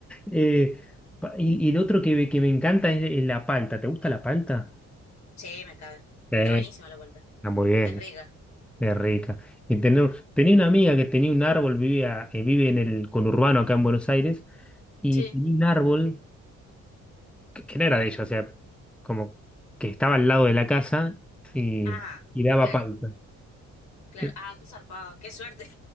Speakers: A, in the centre; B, on the left.
A: eh, pa- y, y el otro que, me- que me encanta es, es la palta. ¿Te gusta la palta?
B: sí, me cabe.
A: Sí,
B: Está buenísima la vuelta.
A: está muy bien.
B: Es rica.
A: Es rica. Y tener- tenía una amiga que tenía un árbol, vivía, eh, vive en el conurbano acá en Buenos Aires, y
B: Sí.
A: tenía un árbol que, que no era de ella, o sea, como que estaba al lado de la casa y,
B: Ah,
A: y daba
B: claro,
A: palta.
B: claro.
A: Qué
B: Ah, qué zarpado, qué suerte.